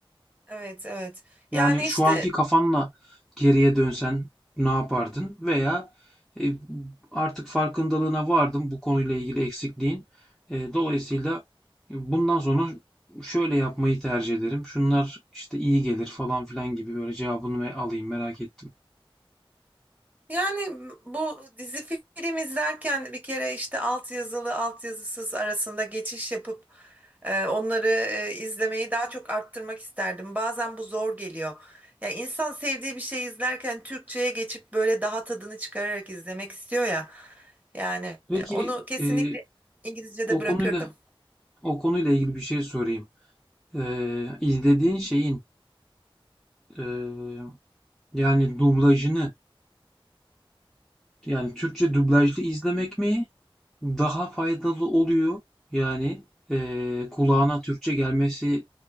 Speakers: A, on the right; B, in the centre.
A: Evet evet
B: Yani
A: yani
B: şu
A: işte
B: anki kafanla geriye dönsen ne yapardın? Veya e, artık farkındalığına vardın bu konuyla ilgili eksikliğin. E, dolayısıyla bundan sonra şöyle yapmayı tercih ederim. Şunlar işte iyi gelir falan filan gibi böyle cevabını ve alayım merak ettim.
A: Yani bu dizi film izlerken bir kere işte altyazılı altyazısız arasında geçiş yapıp e, onları e, izlemeyi daha çok arttırmak isterdim. Bazen bu zor geliyor. Ya insan sevdiği bir şey izlerken Türkçe'ye geçip böyle daha tadını çıkararak izlemek istiyor ya. Yani
B: Peki
A: onu kesinlikle
B: e,
A: İngilizce'de
B: o
A: bırakırdım.
B: konuyla o konuyla ilgili bir şey sorayım. E, izlediğin şeyin e, yani dublajını yani Türkçe dublajlı izlemek mi? Daha faydalı oluyor. Yani, eee, kulağına Türkçe gelmesi